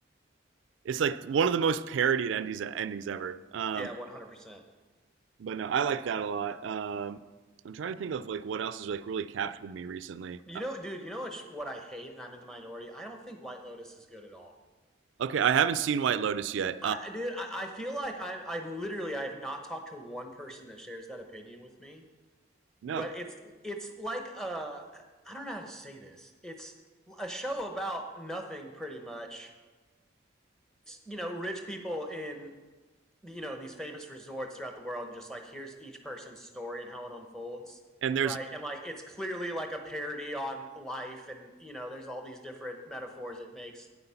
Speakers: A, on the right (about 80°); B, in the centre.
A: it's like one of the most parodied endings uh, endings ever. Um,
B: Yeah, one hundred percent.
A: but no, I like that a lot. Um, I'm trying to think of like what else has like really captured me recently.
B: You
A: Uh,
B: know, dude. You know what? What I hate, and I'm in the minority. I don't think White Lotus is good at all.
A: okay, I haven't seen White Lotus yet.
B: I,
A: Um,
B: dude, I, I feel like I'm. I'm literally. I have not talked to one person that shares that opinion with me
A: no,
B: but it's it's like a I don't know how to say this. It's a show about nothing, pretty much. It's, you know, rich people in you know in these famous resorts throughout the world, and just like here's each person's story and how it unfolds,
A: and there's
B: right? And like it's clearly like a parody on life, and you know, there's all these different metaphors it makes.